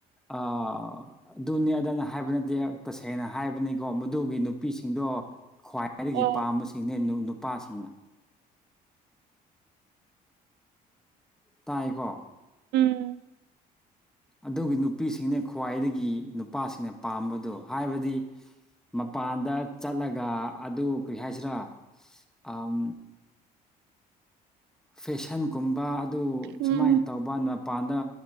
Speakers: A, in the centre; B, on the right.
A: ꯑ ꯑꯗꯨꯅꯤ ꯑꯗꯅ ꯍꯥꯏꯕ ꯅꯠꯇꯦ ꯇꯁꯦꯡꯅ ꯍꯥꯏꯕꯅꯤꯀꯣ ꯃꯗꯨꯒꯤ ꯅꯨꯄꯤꯁꯤꯡꯗꯣ ꯈ꯭ꯋꯥꯏ ꯈꯏꯗꯒꯤ
B: ꯑꯣ
A: ꯄꯥꯝꯕꯁꯤꯡꯅꯦ ꯅꯨ ꯅꯨꯄꯥꯁꯤꯡꯅ ꯇꯥꯏꯀꯣ
B: ꯎꯝ
A: ꯑꯗꯨꯒꯤ ꯅꯨꯄꯤꯁꯤꯡꯅꯦ ꯈ꯭ꯋꯥꯏꯗꯒꯤ ꯅꯨꯄꯥꯁꯤꯡꯅ ꯄꯥꯝꯕꯗꯣ ꯍꯥꯏꯕꯗꯤ ꯏꯁ ꯃꯄꯥꯟꯗ ꯆꯠꯂꯒ ꯑꯗꯨ ꯀꯔꯤ ꯍꯥꯏꯁꯤꯔꯥ ꯏꯁ ꯑꯝ ꯐꯦꯁꯟꯒꯨꯝꯕ ꯑꯗꯨ
B: ꯎꯝ
A: ꯁꯨꯃꯥꯏ ꯇꯧ ꯕ ꯅꯄꯥꯟꯗ